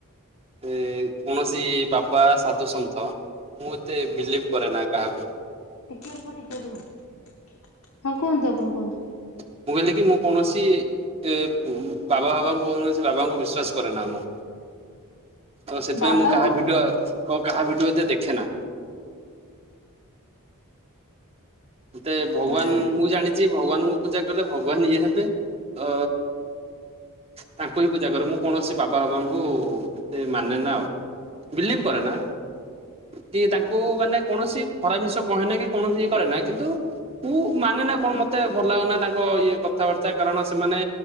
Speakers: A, on the right; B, on the left.
A: ଏ କୌଣସି ସେ ବାବା ସାଧୁସନ୍ଥ ମୁଁ ଏତେ ବିଲିଭ୍ କରେନା କାହାକୁ।
B: ଟିକେ ରୁହ ଟିକେ ହଁ କୁହନ୍ତୁ ଆପଣ କୁହନ୍ତୁ।
A: ମୁଁ କହିଲି କି ମୁଁ କୌଣସି ଏ ଉଁ ବାବା ଫାବା କୌଣସି ବାବାଙ୍କୁ ବିଶ୍ବାାସ କରେ ନା ମୁଁ। ତ ସେଥିପାଇଁ
B: ବାବାଙ୍କୁ
A: ମୁଁ କାହା ଭିଡିଓ କ- କାହା ଭିଡିଓ ଯେ ଦେଖେ ନା। ମୋତେ ଭଗବାନ
B: ନା ନା
A: ମୁଁ ଜାଣିଚି ଭଗବାନଙ୍କୁ ପୂଜା କଲେ ଭଗବାନ ଇଏ ହେବେ, ଅ, ତାଙ୍କୁ ହିଁ ପୂଜା କର ମୁଁ କୌଣସି ବାବା ଫାବାଙ୍କୁ ଏତେ ମାନେ ନା ଆଉ, ବିଲିଭ୍ କରେ ନା, କି ତାଙ୍କୁ ମାନେ କୌଣସି ଖରା ଜିନିଷ କହେ ନା କି କୌଣସି ଇଏ କରେ ନା କିନ୍ତୁ ମୁଁ ମାନେ ନା କଣ ମୋତେ ଭଲ ଲାଗେନା ତାଙ୍କ ଇଏ କଥାବାର୍ତ୍ତା କାରଣ ସେମାନେ